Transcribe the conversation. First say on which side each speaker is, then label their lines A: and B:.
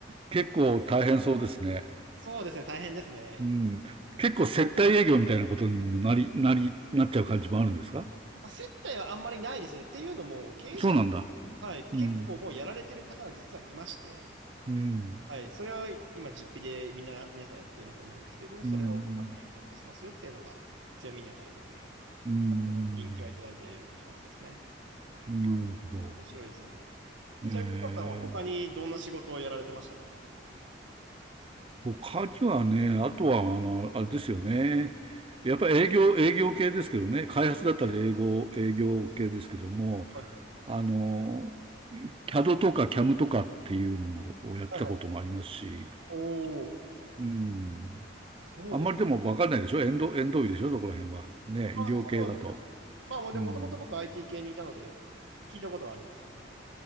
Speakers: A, on the right; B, on the right.
A: 結構大変そうですね。
B: そうですね、大変ですね。
A: うん。結構接待営業みたいなことにもなり、なり、なっちゃう感じもあるんですか
B: まあ、接待はあんまりないですね。っていうのも、経営者の方、
A: そうなんだ。
B: はい、結構もうやられてる方は実はいまして、
A: うん、うん、
B: はい、それを今、実費でみんな、皆さんやってると思うんですけれども、それをまあ経費で落とせますよっていうのが強みにはなるので、
A: うん、うん、
B: 人気はいただいている感じですね。
A: うんなるほど。
B: はい面白いですよね。
A: ええ
B: ちなみに、北さんは他にどんな仕事をやられてましたか
A: 他にはね、あとは、あの、あれですよね。やっぱり営業、営業系ですけどね。開発だったら営業、営業系ですけども、
B: はい。
A: あの、CAD とか CAM とかっていうのをやってたこともありますし、
B: はいはい。おお、
A: うん。
B: そうですね。
A: あんまりでもわかんないでしょエンド、エンド医でしょそこら辺は。ね、
B: あ、
A: 医療系だと。
B: そうですね。まあ、でも、
A: うん。
B: もともと僕 IT 系にいたので、聞いたことはあります。